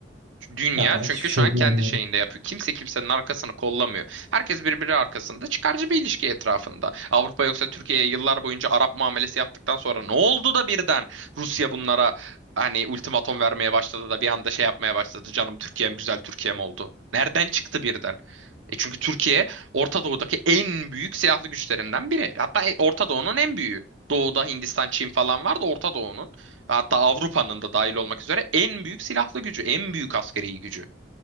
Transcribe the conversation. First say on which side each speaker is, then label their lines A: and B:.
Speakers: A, on the right (about 80°); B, on the right (about 65°).
A: Dünya
B: Ya ben
A: çünkü
B: hiçbir şey
A: şu an kendi
B: diyemiyorum.
A: şeyinde yapıyor. Kimse kimsenin arkasını kollamıyor. Herkes birbiri arkasında çıkarcı bir ilişki etrafında. Avrupa yoksa Türkiye'ye yıllar boyunca Arap muamelesi yaptıktan sonra ne oldu da birden Rusya bunlara hani ultimatom vermeye başladı da bir anda şey yapmaya başladı. Canım Türkiye'm güzel Türkiye'm oldu. Nereden çıktı birden? E çünkü Türkiye Orta Doğu'daki en büyük silahlı güçlerinden biri. Hatta e- Orta Doğu'nun en büyüğü. Doğu'da Hindistan, Çin falan var da Orta Doğu'nun Hatta Avrupa'nın da dahil olmak üzere en büyük silahlı gücü, en büyük askeri gücü.